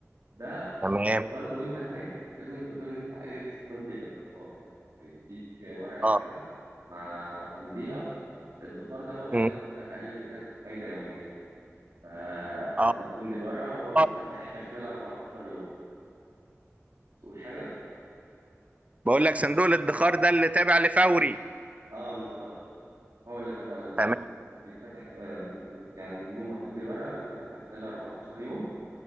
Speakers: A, on the right; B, on the right.
A: ده
B: تمام
A: وبرضه وأنت هناك لازم تقول له إن أنت عايز تمضي الادخار هيديك ورقة
B: اه
A: كده مع تمضيها الادخار ده هو ده
B: مم.
A: اللي أنا بقول لك عليه اللي بينزل فايدة يومية فأنت
B: اه
A: بتمضي الورقة وهو بيتفتح
B: آه.
A: في خلال 14 يوم تقول حاجة؟
B: بقول لك صندوق الادخار ده اللي تابع لفوري
A: آه بالظبط هو اللي تبع لفوري
B: تمام
A: بيتفتح في من يعني من يوم ما تمضي الورقة بيتفتح في خلال 14 يوم